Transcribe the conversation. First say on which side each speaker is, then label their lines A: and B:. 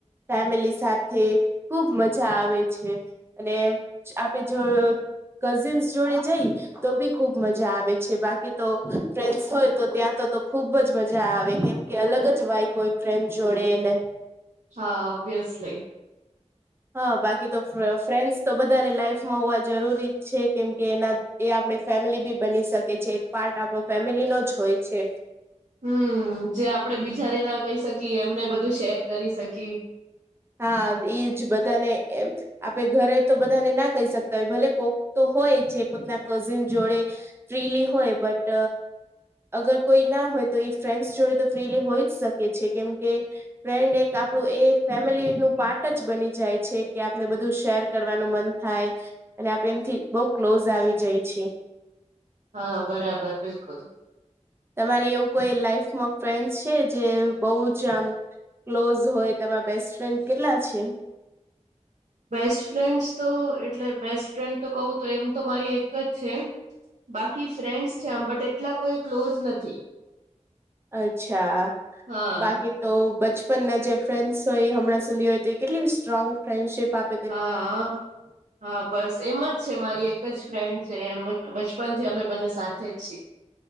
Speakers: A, on the right (about 20°); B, on the right (about 75°).
A: ફેમિલી સાથે ખુબ મજા આવે છે અને આપે જો કઝિન્સ જોડે જઈ તો બી ખુબ મજા આવે છે બાકી તો ફ્રેન્ડસ હોય તો ત્યાં તો તો ખુબ જ મજા આવે કેમ કે અલગ જ વાઈફ હોય ફ્રેન્ડ જોડે ને
B: હા ઓબ્વિયસલી
A: હા બાકી તો ફ્રેન્ડસ તો બધાની લાઈફમાં હોવા જરૂરી જ છે કેમ કે એના એ આપણી ફેમિલી બી બની શકે છે એક પાર્ટ આપણો ફેમિલી નો જ હોય છે
B: હમ જે આપડે બીજાને ના કહી શકીએ એમને બધું શેર કરી શકી
A: હા એઈજ બધાને એમ આપે ઘરે તો બધાને ના કહી શકતા હોય ભલે કોક તો હોય છે પોતના કઝિન જોડે ફ્રીલી હોય બટ અગર કોઈ ના હોય તો એ ફ્રેન્ડ્સ જોડે તો ફ્રીલી હોઈ જ શકે છે કેમ કે ફ્રેન્ડ એક આપણું એક ફેમિલી નું પાર્ટ જ બની જાય છે કે આપને બધું શેર કરવાનું મન થાય અને આપે એમથી બઉુ ક્લોઝ આવી જાય છીએ
B: હા બરાબર બિલકુલ
A: તમારી એવું કોઈ લાઈફમાં ફ્રેન્ડ છે જે બહુ જ આમ ક્લોઝ હોય તમારા બેસ્ટ ફ્રેન્ડ કેટલા છે
B: બેસ્ટ ફ્રેન્ડસ તો એટલે બેસ્ટ ફ્રેન્ડ તો કહ તો એમ તો મારી એક જ છે બાકી ફ્રેન્ડ્સ છે. આમ બટ એટલા કોઈ ક્લોઝ નથી-
A: અચ્છા
B: હા
A: બાકી- તો બચપનના જે ફ્રેન્ડસ હોય હમણાં સુધી હોય તો કેટલી સ્ટ્રોંગ ફ્રેન્ડશીપ આપ-
B: હા હા બસ એમ જ છે મારી એક જ ફ્રેન્ડ છે એમ બચપન થી અમે બને સાથે જ છીએ